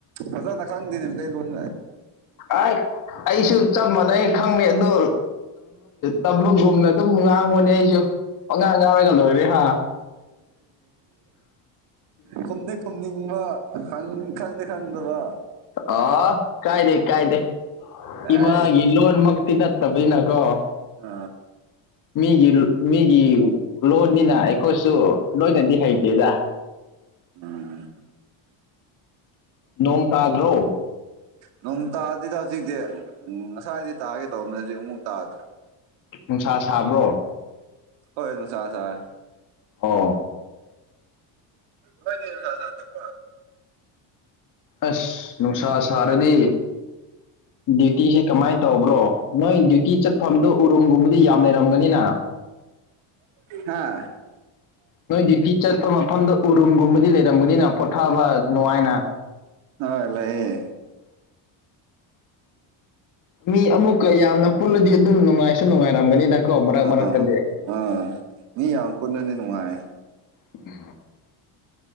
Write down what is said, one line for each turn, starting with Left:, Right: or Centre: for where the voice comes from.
Right: ꯐꯖꯅ ꯈꯪꯗꯅ ꯂꯩꯩ ꯂꯣꯟ
Left: ꯑ ꯑꯩꯁꯨ ꯆꯝ ꯃꯅꯦ ꯈꯪꯅꯩ ꯑꯗꯣ ꯇꯝꯕꯒꯨꯝꯅ ꯑꯗꯨꯝ ꯉꯥꯡꯕꯅꯦ ꯑꯩ ꯑꯣꯉꯥꯏ ꯉꯒꯂ ꯑꯣꯏꯔꯦ ꯍꯥꯥ
Right: ꯈꯨꯝꯅꯤ ꯈꯨꯝꯅꯤꯡꯕ ꯈꯪꯗꯦ ꯈꯪꯗꯕ
Left: ꯑ ꯀꯥꯏꯗ ꯀꯥꯏꯗ
Right: ꯑꯩ
Left: ꯏꯃꯥꯒꯤ ꯂꯣꯟꯃꯛꯇꯤ ꯅꯠꯇꯕꯅꯤꯅꯀꯣ
Right: ꯑ
Left: ꯃꯤꯒꯤ ꯃꯤꯒꯤ ꯂꯣꯟꯅꯤꯅ ꯑꯩꯈꯣꯏꯁꯨ ꯂꯣꯏꯅꯗꯤ ꯍꯩꯇꯦꯗ
Right: ꯎꯝ
Left: ꯅꯣꯡ ꯇꯥꯜꯗ꯭ꯔꯣ
Right: ꯅꯣꯡ ꯇꯥꯗꯤꯗ ꯍꯧꯖꯤꯛꯇꯤ ꯉꯁꯥꯏꯗꯤ ꯇꯥꯒꯦ ꯇꯧꯕꯅꯦ ꯍꯧꯖꯤꯛ ꯑꯃꯨꯛ ꯇꯥꯗ꯭ꯔꯤ
Left: ꯅꯨꯡꯁꯥ ꯁꯥꯕ꯭ꯔꯣ
Right: ꯍ ꯑꯗꯨ ꯁꯥ ꯁꯥꯥ
Left: ꯍ
Right: ꯀꯃꯥꯏ ꯀ ꯁꯥ ꯁꯥ ꯊ
Left: ꯑꯁ ꯅꯨꯡꯁꯥ ꯁꯥꯔꯗꯤ ꯗ꯭ꯌꯨꯇꯤꯤꯁ ꯀꯃꯥꯏꯅ ꯇꯧꯕ꯭ꯔꯣ ꯅꯣꯏ ꯗ꯭ꯌꯨꯇꯤ ꯆꯠꯐꯝꯗꯨ ꯎꯔꯨꯝꯒꯨꯝꯕꯗꯤ ꯌꯥꯝ ꯂꯩꯔꯝꯒꯅꯤꯅ
Right: ꯍꯥꯥ
Left: ꯅꯣꯏ ꯗ꯭ꯌꯨꯇꯤ ꯆꯠꯄ ꯃꯐꯝꯗ ꯎꯔꯨꯝꯒꯨꯝꯕꯗꯤ ꯂꯩꯔꯝꯒꯅꯤꯅ ꯄꯣꯊꯥꯕ ꯅꯨꯡꯉꯥꯏꯅ
Right: ꯍ ꯂꯩꯑꯦ
Left: ꯃꯤ ꯑꯃꯨꯛꯀ ꯌꯥꯝꯅ ꯄꯨꯜꯂꯗꯤ ꯑꯗꯨꯝ ꯅꯨꯡꯉꯥꯏꯁꯨ ꯅꯨꯡꯉꯥꯏꯔꯝꯒꯅꯤ ꯗ ꯀꯣ ꯃꯔ ꯃꯔꯔ
Right: ꯑꯥ
Left: ꯀꯗ
Right: ꯃꯤ ꯌꯥꯝ ꯄꯨꯟꯅꯗꯤ ꯅꯨꯡꯉꯥꯏ
Left: ꯎꯝ